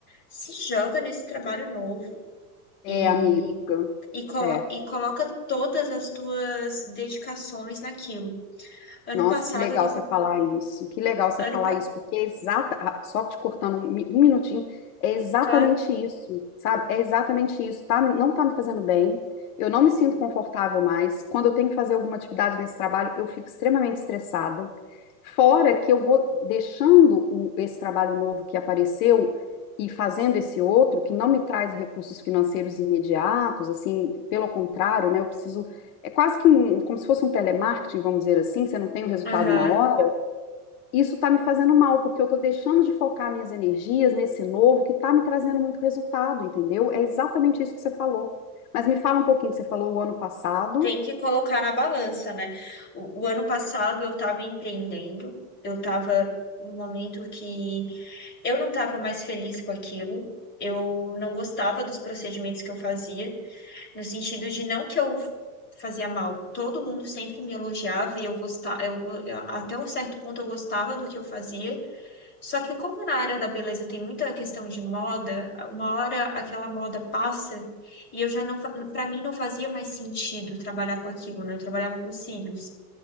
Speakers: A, on the left (about 20°); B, on the left (about 60°).
A: se joga nesse trabalho novo.
B: É,
A: E
B: amiga.
A: e, colo
B: É.
A: e coloca todas as tuas dedicações naquilo. Ano
B: Nossa,
A: passado
B: que legal
A: eu tava.
B: você falar isso. Que legal você
A: Ano
B: falar
A: pa-
B: isso, porque é exata, ah, só te cortando um, mi- um minutinho, é exatamente
A: Claro.
B: isso, sabe? É exatamente isso, tá? me- Não tá me fazendo bem. Eu não me sinto confortável mais. Quando eu tenho que fazer alguma atividade nesse trabalho, eu fico extremamente estressada. Fora que eu vou deixando o- esse trabalho novo que apareceu e fazendo esse outro, que não me traz recursos financeiros imediatos, assim, pelo contrário, né? Eu preciso é quase que um, como se fosse um telemarketing, vamos dizer assim, você não tem o resultado
A: Aham.
B: na hora, isso está me fazendo mal, porque eu estou deixando de focar minhas energias nesse novo que está me trazendo muito resultado, entendeu? É exatamente isso que você falou. Mas me fala um pouquinho que você falou o ano passado,
A: Tem que colocar na balança, né? O, o ano passado eu estava empreendendo, eu estava no momento que eu não estava mais feliz com aquilo. Eu não gostava dos procedimentos que eu fazia, no sentido de não que eu fazia mal. Todo mundo sempre me elogiava e eu gostava, eu, go- até um certo ponto eu gostava do que eu fazia, Só que como na área da beleza tem muita questão de moda, uma hora aquela moda passa e eu já não, para mim não fazia mais sentido trabalhar com aquilo, né? Eu trabalhava com cílios.